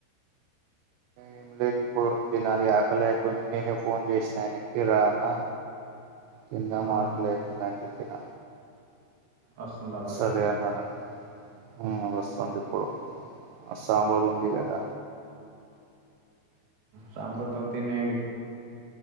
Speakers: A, on the right; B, on the right.
A: ఏం లేదు ఇప్పుడు తినాలి ఆకలౌతుంది నేనే ఫోన్ చేసిన ఆయన ఎక్కి రా అన్నా కింద
B: ఆ
A: మార్కులయితుందని చెప్పిన
B: వస్తుండా మరి
A: సరే అన్నదా ఆ వస్తుంది ఇప్పుడు ఆ సాంబరుంది గద
B: సాంబార్ తో తినేయండి